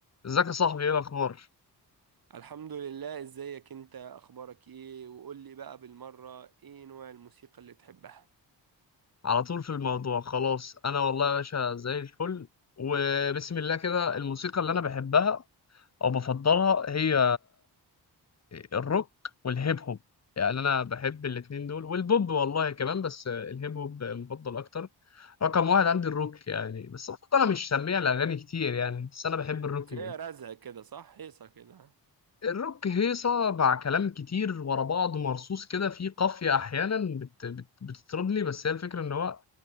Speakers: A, on the left (about 40°); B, on the right (about 55°).
A: ازيك يا صاحبي ايه الاخبار
B: الحمد لله ازيك انت اخبارك ايه وقول لي بقى بالمرة ايه نوع الموسيقى اللي تحبها
A: على طول في الموضوع خلاص انا والله يا باشا زي الفل وبسم الله كده الموسيقى اللي انا بحبها او بفضلها هي الروك والهيب هوب يعني انا بحب الاتنين دول والبوب والله كمان بس الهيب هوب مفضل اكتر رقم واحد عندي الروك يعني بس برضه انا مش سميع الاغاني كتير يعني بس انا بحب الروك
B: بس
A: جدا
B: هي رزق كده صح هيصة كده
A: الروك هيصه مع كلام كتير ورا بعض مرصوص كده فيه قافيه احيانا بت بت بتطربني بس هي الفكره ان هو